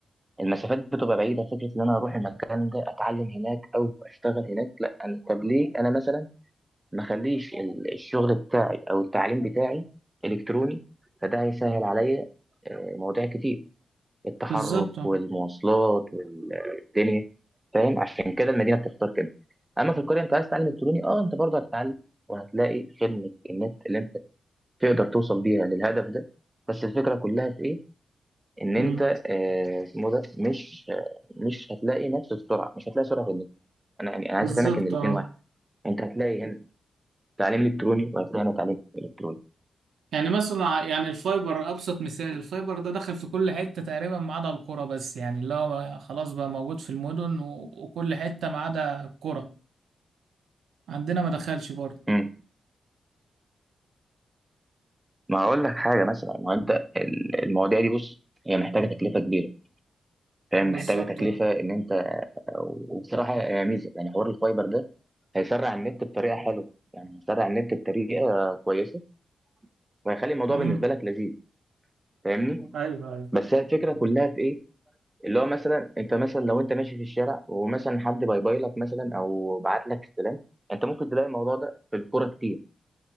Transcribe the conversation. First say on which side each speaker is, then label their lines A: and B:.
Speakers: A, on the right; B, on the right.
A: المسافات بتبقى بعيده فكره ان انا اروح المكان ده اتعلم هناك او اشتغل هناك لا أنا- طب ليه انا مثلا ما اخليش ال- الشغل بتاعي او التعليم بتاعي الكتروني فده هيسهل عليا آه، مواضيع كتير التحرك
B: بالظبط اه
A: والمواصلات والدنيا فاهم عشان كده المدينه بتختار كده اما في القريه انت عايز تتعلم الكتروني اه انت برضه هتتعلم وهتلاقي خدمه النت اللي انت تقدر توصل بيها للهدف ده بس الفكره كلها في ايه ان انت
B: امم
A: آه، اسمه ده مش آه، مش هتلاقي نفس السرعه مش هتلاقي سرعه في النت انا يعني انا عايز
B: بالظبط
A: افهمك ان الاثنين
B: اه
A: واحد انت هتلاقي هنا تعليم الكتروني وهتلاقي هنا تعليم الكتروني
B: يعني مثلا يعني الفايبر ابسط مثال الفايبر ده دخل في كل حتة تقريبا ما عدا القرى بس يعني اللي هو خلاص بقى موجود في المدن و- وكل حتة ما عدا القرى عندنا ما دخلش برضه
A: امم ما هقول لك حاجه مثلا ما هو انت ال- المواضيع دي بص هي محتاجه تكلفه كبيره فاهم
B: بالظبط
A: محتاجه تكلفه
B: اه
A: ان انت وبصراحه يا ميزه يعني حوار الفايبر ده هيسرع النت بطريقه حلوه يعني هيسرع النت بطريقه كويسه وهيخلي الموضوع
B: امم
A: بالنسبه لك لذيذ فاهمني
B: ايوه ايوه
A: بس هي الفكره كلها في ايه اللي هو مثلا انت مثلا لو انت ماشي في الشارع ومثلا حد باي باي لك مثلا او بعت لك استلام انت ممكن تلاقي الموضوع ده في الكوره كتير